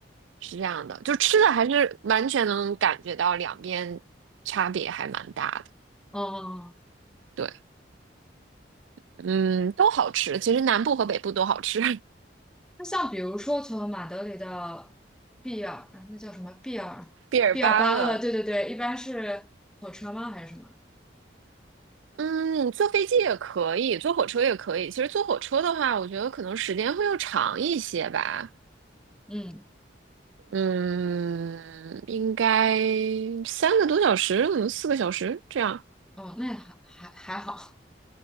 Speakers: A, on the right (about 85°); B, in the centre.
A: 是这样的，就吃的还是完全能感觉到两边差别还蛮大的。
B: 哦哦
A: 对，嗯，都好吃，其实南部和北部都好吃。
B: 那像比如说从马德里到毕尔，哎那叫什么毕尔毕尔巴鄂？
A: <laughs> 毕尔巴鄂，
B: 对对对，一般是火车吗？还是什么？
A: 嗯，坐飞机也可以，坐火车也可以。其实坐火车的话，我觉得可能时间会又长一些吧。
B: 嗯，
A: 嗯，应该三个多小时，可能四个小时这样，
B: 哦，那还还还好，